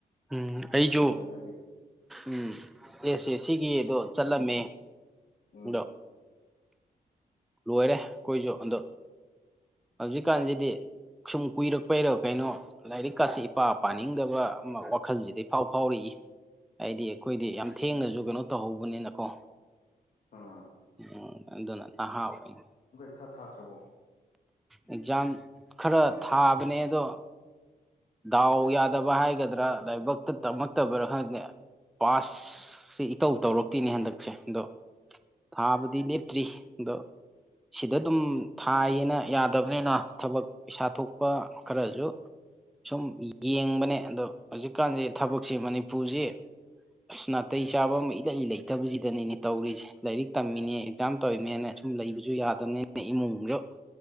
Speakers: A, in the centre; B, on the left.
A: ꯎꯝ ꯑꯩꯁꯨ
B: ꯅꯠꯇ꯭ꯔꯒꯗꯤ
A: ꯎꯝ ꯑꯦꯁ ꯑꯦꯁ ꯁꯤꯒꯤꯗꯣ ꯆꯠꯂꯝꯃꯦ
B: ꯎꯝ
A: ꯑꯗꯣ ꯂꯣꯏꯔꯦ ꯑꯩꯈꯣꯏꯁꯨ ꯑꯗꯣ ꯍꯧꯖꯤꯛꯀꯥꯟꯁꯤꯗꯤ ꯁꯨꯝ ꯀꯨꯏꯔꯛꯄꯩꯔ ꯀꯩꯅꯣ ꯂꯥꯏꯔꯤꯛꯀꯁꯦ ꯏꯄꯥ ꯄꯥꯅꯤꯡꯗꯕ ꯑꯃ ꯋꯥ ꯈꯜꯁꯤꯗ ꯏꯐꯥꯎ ꯐꯥꯎꯔꯤꯌꯦ ꯍꯥꯏꯗꯤ ꯑꯩꯈꯣꯏꯗꯤ ꯌꯥꯝ ꯊꯦꯡꯅꯁꯨ ꯀꯩꯅꯣ ꯇꯧꯍꯧꯕꯅꯤꯅꯀꯣ
B: ꯑꯥ
A: ꯎꯝ ꯑꯗꯨꯅ ꯅꯍꯥ ꯑꯣꯏꯅ
B: ꯄꯔꯤꯈꯌ ꯏꯊꯥ ꯊꯥꯗ꯭ꯔꯕꯣ
A: ꯑꯦꯛꯖꯥꯝ ꯈꯔ ꯊꯥꯕꯅꯦ ꯑꯗꯣ ꯗꯥꯎ ꯌꯥꯗꯕ ꯍꯥꯏꯒꯗ꯭ꯔꯥ ꯂꯥꯏꯕꯛꯇ ꯇꯝꯃꯛꯇꯕꯔ ꯈꯪꯗꯦ ꯄꯥꯁ ꯁꯤ ꯏꯇꯧ ꯇꯧꯔꯛꯇꯦꯅꯦ ꯍꯟꯗꯛꯁꯦ ꯑꯗꯣ ꯊꯥꯕꯗꯤ ꯂꯦꯞꯇ꯭ꯔꯤ ꯑꯗꯣ ꯁꯤꯗ ꯑꯗꯨꯝ ꯊꯥꯏꯌꯦꯅ ꯌꯥꯗꯕꯅꯤꯅ ꯊꯕꯛ ꯄꯩꯥꯁꯥ ꯊꯣꯛꯄ ꯈꯔꯁꯨ ꯁꯨꯝ ꯌꯦꯡꯕꯅꯦ ꯑꯗꯣ ꯍꯧꯖꯤꯛꯀꯥꯟꯁꯦ ꯊꯕꯛꯁꯦ ꯃꯅꯤꯄꯨꯔꯁꯤ ꯑꯁ ꯅꯥꯇꯩ ꯆꯥꯕ ꯑꯃ ꯏꯂꯩ ꯂꯩꯇꯕꯁꯤꯗꯅꯤꯅꯦ ꯇꯧꯔꯤꯁꯦ ꯂꯥꯏꯔꯤꯛ ꯇꯝꯃꯤꯅꯦ ꯑꯦꯛꯖꯥꯝ ꯇꯧꯔꯤꯅꯦꯅ ꯁꯨꯝ ꯂꯩꯕꯁꯨ ꯌꯥꯗꯕꯅꯤꯅ ꯏꯃꯨꯡꯁꯨ